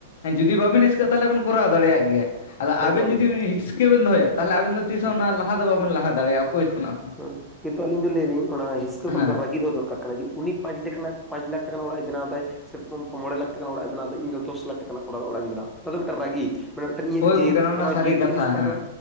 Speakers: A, on the left; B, in the centre.
A: ᱡᱩᱫᱤ ᱵᱟᱵᱤᱱ ᱦᱤᱥᱠᱟᱹᱜᱼᱟ ᱛᱟᱦᱚᱞᱮ ᱵᱮᱱ ᱠᱚᱨᱟᱣ ᱫᱟᱲᱮᱭᱟᱜ ᱜᱮᱭᱟ ᱟᱫᱚ ᱟᱵᱮᱱ
B: ᱮᱠᱫᱚᱢ
A: ᱡᱩᱫᱤ
B: ᱮᱠᱫᱚᱢ
A: ᱵᱤᱱ ᱦᱤ- ᱦᱤᱥᱠᱟᱹ ᱵᱤᱱ ᱫᱚᱦᱚᱭᱟ ᱛᱟᱦᱚᱞᱮ ᱟᱹᱵᱤᱱ ᱛᱤᱥ
B: ᱦᱩᱸ
A: ᱦᱚᱸ ᱚᱱᱟ ᱞᱟᱦᱟ ᱫᱚ ᱵᱟᱵᱮᱱ ᱞᱟᱦᱟ- ᱫᱟᱲᱮᱭᱟᱜᱼᱟ ᱚᱠᱚᱭ ᱠᱷᱚᱱᱟᱜ ᱦᱚᱸ
B: ᱦᱮᱸ ᱠᱤᱱᱛᱩ ᱟᱹᱞᱤᱧ ᱫᱚ ᱞᱟᱹᱭ ᱞᱤᱧ ᱚᱱᱟ ᱦᱤᱥᱠᱟᱹ ᱠᱷᱚᱱᱟᱜ
A: ᱦᱮᱸ
B: ᱫᱚ ᱨᱟᱹᱜᱤ ᱫᱚ ᱫᱚᱨᱠᱟᱨ ᱠᱟᱱᱟ ᱡ- ᱩᱱᱤ ᱯᱟᱸᱪ ᱞᱮᱠ ᱞᱟᱠᱷ ᱯᱟᱸᱪ ᱞᱟᱠᱷ ᱴᱟᱠᱟ ᱨᱮᱱᱟᱜ ᱚᱲᱟᱜ ᱮ ᱵᱮᱱᱟᱣ ᱫᱟᱭ ᱥᱮ ᱯᱳᱢ ᱯ ᱢᱚᱬᱮ ᱞᱟᱠᱷ ᱴᱟᱠᱟ ᱨᱮᱱᱟᱜ ᱚᱲᱟᱜᱼᱮ ᱵᱮᱱᱟᱣᱫᱟ ᱤᱧ ᱫᱚ ᱫᱚᱥ ᱞᱟᱠᱷ ᱴᱟᱠᱟ ᱨᱮᱱᱟᱜ ᱚᱲᱟᱜ ᱤᱧ ᱵᱮᱱᱟᱣᱟ ᱚᱱᱟ ᱫᱚ ᱢᱤᱫᱴᱟᱝ ᱨᱟᱹᱜᱤ ᱢᱟᱱᱮ ᱢᱤᱫᱴᱮᱱ ᱤᱧᱟᱹᱜ
A: ᱦᱳᱭ
B: ᱡᱮᱫ
A: ᱜᱚᱢᱠᱮ ᱱᱚᱜᱼᱚ ᱱᱟ
B: ᱚᱱᱟ
A: ᱥᱟᱹᱨᱤ
B: ᱡᱮᱫ
A: ᱠᱟᱛᱷᱟ
B: ᱡᱤᱱᱤᱥᱴᱟᱜ
A: ᱦᱮᱸ
B: ᱫᱚ